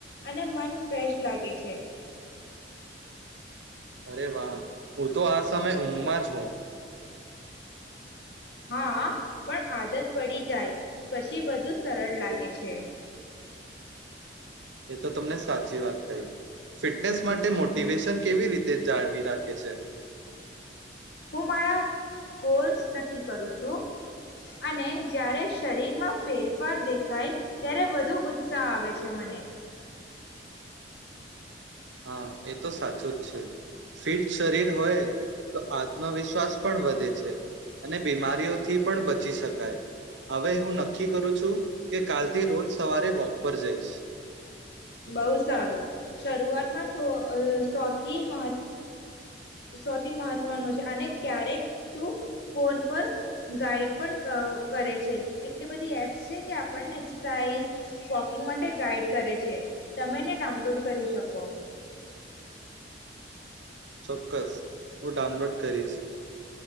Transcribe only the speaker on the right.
અરે વાહ હું તો આ સમય ઊંઘમાં જ હોઉ.
એ તો તમને સાચી વાત કહિ ફિટનેસ માટે મોટિવેશન કેવી રીતે જાળવી રાખે છે?
હા એ તો સાચું જ છે ફિટ શરીર હોય તો આત્મવિશ્વાસ પણ વધે છે અને બીમારીઓથી પણ બચી શકાય હવે હું નક્કી કરું છું કે કાલથી રોજ સવારે વોક પર જઈશ.
ચોક્કસ હું ડાઉનલોડ કરીશ.